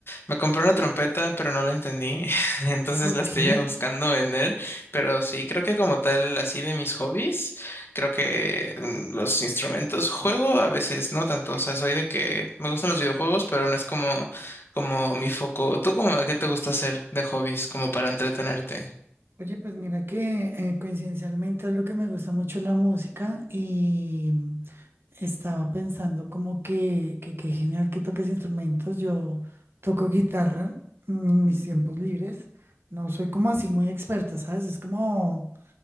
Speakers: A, on the left; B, on the right.
A: Me compré una trompeta, pero no la entendí, <laughs> entonces
B: Ok.
A: la estoy ya buscando vender, pero sí, creo que como tal, así de mis hobbies, creo que mm, los instrumentos, juego a veces, no tanto, o sea, soy de que me gustan los videojuegos, pero no es como, como mi foco. ¿Tú como qué te gusta hacer de hobbies, como para entretenerte?
B: Oye, pues mira que eh, coincidencialmente es lo que me gusta mucho la música y mm, estaba pensando como que, que, que genial que toques instrumentos. Yo toco guitarra en mis tiempos libres. No soy como así muy experta, ¿sabes? Es como,